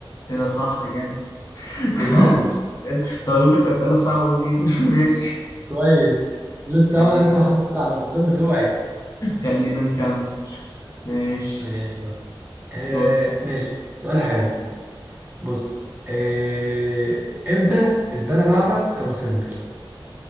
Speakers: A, on the left; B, on the right.
A: كده صح يعني <laughs>
B: بجد
A: طب اجيب لك أسئلة صعبة منين <laughs> ماشي
B: كويس لسه
A: خلينا
B: هو انا لسه محافظ على النقطتين بتوعي
A: خلينا نكمل ماشي
B: ماشي يلا آه
A: دور
B: ماشي سؤال حلو بص آه امتى اتبنى معبد ابو سمبل